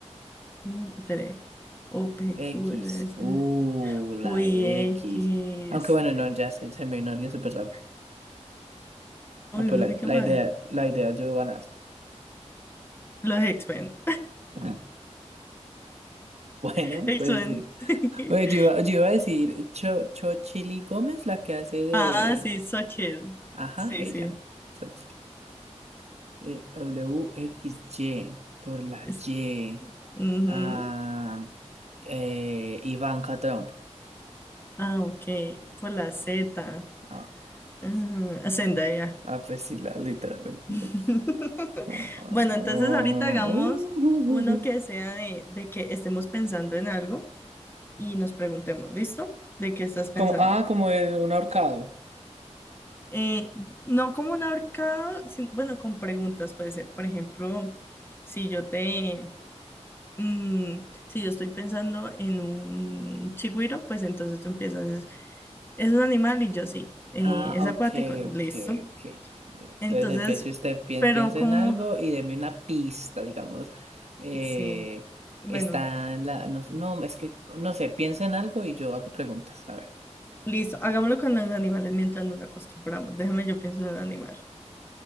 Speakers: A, on the left; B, on the right.
A: U. 3 O. P.
B: X.
A: Q. R. S,
B: Uh, la
A: U. I.
B: X.
A: X.
B: Aunque bueno, no, ya se, se me vino alguien súper rápido.
A: Uy,
B: Ah, pero
A: no
B: la,
A: soy capaz.
B: la idea, la idea es yo ganar.
A: Los X-Men.
B: <laughs> Bueno,
A: <laughs> X-Men.
B: pues sí.
A: <laughs>
B: Oye, yo iba, yo iba a decir Cho, Chochili Gómez, la que hace de...
A: Ah, sí, So Chill.
B: Ajá,
A: Sí,
B: ella.
A: sí.
B: Xochitl. Eh, WXY, por la
A: Es-
B: Y.
A: ujú.
B: Ah, eh, Ivanka Trump.
A: Ah, ok. Por la Z.
B: Ah, pues,
A: Ah, Zendaya.
B: ah, pues sí, la, literalmente.
A: <laughs>
B: Ah, ah,
A: Bueno, entonces
B: ah,
A: ahorita hagamos
B: uh, uh,
A: uno
B: uh, uh.
A: que sea de, de que estemos pensando en algo y nos preguntemos, ¿listo? ¿De qué estás pensando?
B: Como, ah, como es un ahorcado.
A: Eh, no como un ahorcado, sin- bueno, con preguntas puede ser. Por ejemplo, si yo te, Mm, si yo estoy pensando en un chigüiro, pues entonces tú empiezas, es, es un animal y yo sí, eh,
B: Ah,
A: es acuático,
B: ok,
A: listo.
B: ok, ok. Entonces
A: Entonces,
B: empiece usted, pi-
A: pero
B: piensa
A: como,
B: en algo y deme una pista, digamos. Eh,
A: sí, bueno,
B: está en la... No, no, es que, no sé, piensa en algo y yo hago preguntas. A ver.
A: listo, hagámoslo con los animales mientras nos acostumbramos. Déjame, yo pienso en un animal.